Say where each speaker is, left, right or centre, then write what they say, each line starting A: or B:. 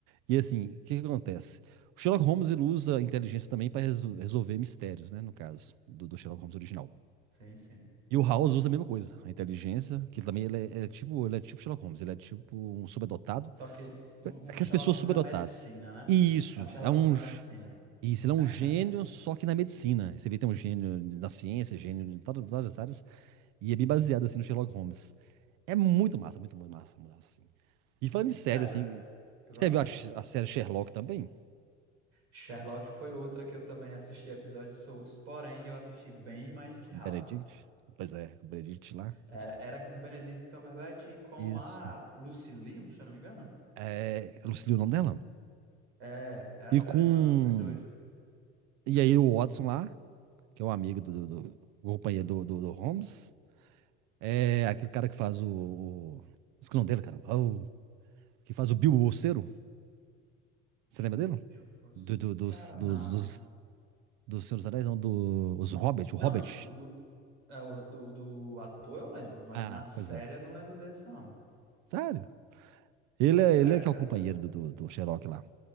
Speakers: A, on the right (about 60°); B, on the right (about 85°).
A: E assim, o que que acontece? O Sherlock Holmes ele usa a inteligência também para resolver mistérios, né? No caso do, do Sherlock Holmes original.
B: Sim, sim.
A: E o House usa a mesma coisa, a inteligência, que também ele é, ele é tipo, ele é tipo Sherlock Holmes, ele é tipo um subadotado.
B: Só que s- um,
A: Aquelas
B: um Sherlock
A: pessoas
B: Holmes
A: subadotadas.
B: da medicina, né?
A: E isso,
B: É um Sherlock
A: é um
B: Holmes da medicina.
A: isso, ele é um
B: <laughs>
A: gênio, só que na medicina. Você vê, tem um gênio na ciência,
B: Sim.
A: gênio em todas, todas as áreas, e é bem baseado, assim, no Sherlock Holmes. É muito massa, muito, muito massa, muito massa, assim. E falando em série,
B: Cara,
A: assim,
B: eu, eu
A: você
B: gostava.
A: viu a, a série Sherlock também?
B: Sherlock foi outra que eu também assisti episódios soltos, porém eu assisti bem mais que
A: Com
B: House.
A: o Benedict? Pois é, com o Benedict lá.
B: Era, era com Benedict Cumberbatch e com
A: Isso.
B: a Lucy Liu, se eu não me engano.
A: É, eu não sei o nome dela.
B: É, eu acho
A: E com...
B: que era com com os dois.
A: E aí o Watson lá, que é o amigo do, do, do o companheiro do, do, do Holmes, é aquele cara que faz o... o... Esqueci o nome dele, caramba. É o- que faz o Bilbo Bolseiro. Você lembra dele?
B: Meu Deus.
A: Do, do- dos,
B: Cara,
A: dos,
B: não.
A: dos, do Senhor dos Anéis, não, do, os Hobbit, o
B: Não,
A: Hobbit.
B: do, do, é, o- do, do ator eu lembro, mas
A: Ah,
B: na série
A: pois é.
B: eu não lembro desse, não.
A: Sério? Ele
B: Sério,
A: é, ele é que
B: cara.
A: é o companheiro do, do, do Sherlock lá.